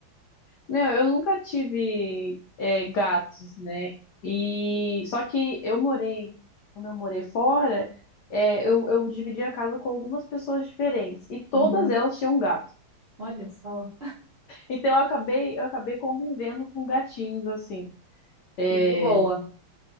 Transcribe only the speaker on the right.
Uhum.
Olha só.
E de boa.